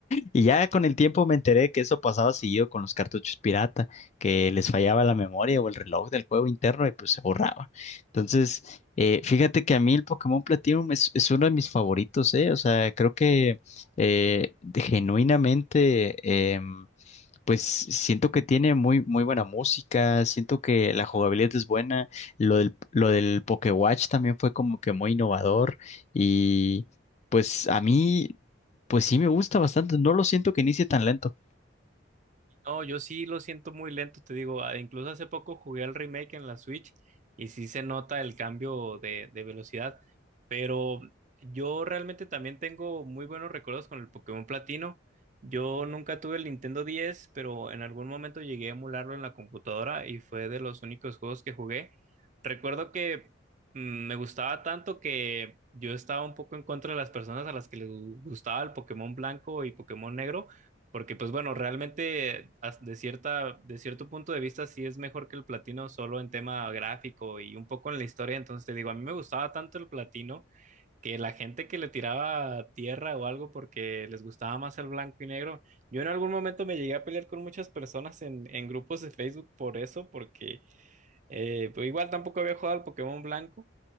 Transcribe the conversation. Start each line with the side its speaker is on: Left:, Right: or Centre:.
Left: Y ya con el tiempo me enteré que eso pasaba seguido con los cartuchos pirata, que les fallaba la memoria o el reloj del juego interno y pues se borraba. Entonces, eh, fíjate que a mí el Pokémon Platinum es, es uno de mis favoritos, ¿eh? O sea, creo que eh, de- genuinamente... em, pues siento que tiene muy, muy buena música, siento que la jugabilidad es buena, lo del, lo del Pokéwatch también fue como que muy innovador y pues a mí, pues sí me gusta bastante, no lo siento que inicie tan lento.
Right: No, yo sí lo siento muy lento, te digo, ah, incluso hace poco jugué al remake en la Switch y sí se nota el cambio de, de velocidad, pero yo realmente también tengo muy buenos recuerdos con el Pokémon Platino. Yo nunca tuve el Nintendo 10, pero en algún momento llegué a emularlo en la computadora y fue de los únicos juegos que jugué. Recuerdo que mm, me gustaba tanto que yo estaba un poco en contra de las personas a las que les gu- gustaba el Pokémon blanco y Pokémon negro porque, pues bueno, realmente as- de cierta, de cierto punto de vista sí es mejor que el platino solo en tema gráfico y un poco en la historia. Entonces te digo, a mí me gustaba tanto el platino que la gente que le tiraba tierra o algo porque les gustaba más el blanco y negro. Yo en algún momento me llegué a pelear con muchas personas en, en grupos de Facebook por eso, porque eh, pues igual tampoco había jugado al Pokémon blanco.